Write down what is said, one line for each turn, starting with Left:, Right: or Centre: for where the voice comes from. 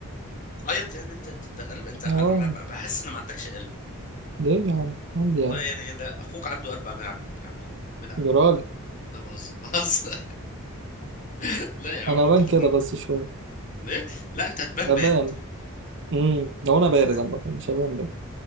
Left: عيط يعني انت انت أنت قلب انت انا
Right: اه
Left: ما- بحس ان ما عندكش قلب
Right: ليه يا عم عندي
Left: والله
Right: يعني
Left: يعني لا اخوك عنده قلب اعمل عندك يا عم ابعد عنك
Right: يا راجل
Left: لا بهزر بهزر <laughs> لا يا عم
Right: انا
Left: انت
Right: بان
Left: الاتنين
Right: كده بس شويه
Left: ايه <laughs> لا انت هتبان
Right: ابان
Left: بارد
Right: امم هو انا
Left: انت
Right: بارد عامه مش هبان بارد